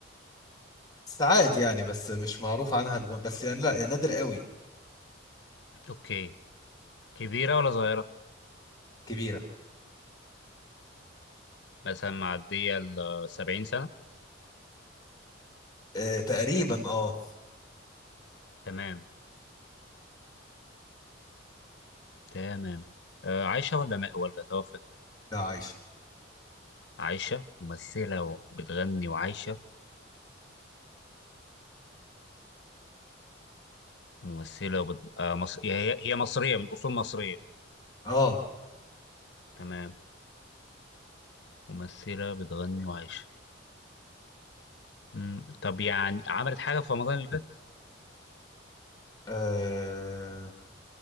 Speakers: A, on the left (about 20°); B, on the left (about 55°).
A: ساعات يعني بس مش معروف عنها الو... بس يعني لا يا نادر قوي
B: اوكي كبيرة ولا صغيرة
A: كبيره
B: مثلا معدية ال 70 سنة
A: آه، تقريبا اه
B: تمام تمام آه عايشة ولا ما ولا توفت
A: لا عايشه
B: عايشة ممثلة وبتغني وعايشة ممثلة وبت... آه مص... هي هي مصرية من أصول مصرية
A: اه
B: تمام ممثلة بتغني وعايشة مم. طب يعني عملت حاجة في رمضان اللي فات
A: آه،